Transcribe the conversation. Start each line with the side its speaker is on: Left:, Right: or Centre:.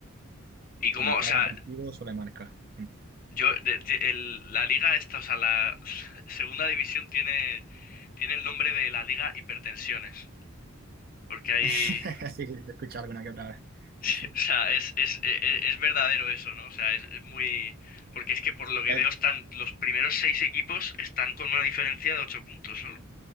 Left: ¿Y cómo,
Right: En
Left: o
Right: cada
Left: sea,
Right: partido suele marcar. Mm.
Left: Yo, de- de- el- la liga esta, o sea, la <laughs> segunda división tiene, tiene el nombre de la liga hipertensiones, porque hay,
Right: <laughs> Sí, sí, te he escuchado alguna que otra
Left: <laughs> sí,
Right: vez.
Left: o
Right: <laughs>
Left: sea, es, es, e- e- es verdadero eso, ¿no? O sea, es, es muy, porque es que por lo que
Right: Es-
Left: veo están, los primeros seis equipos están con una diferencia de ocho puntos solo,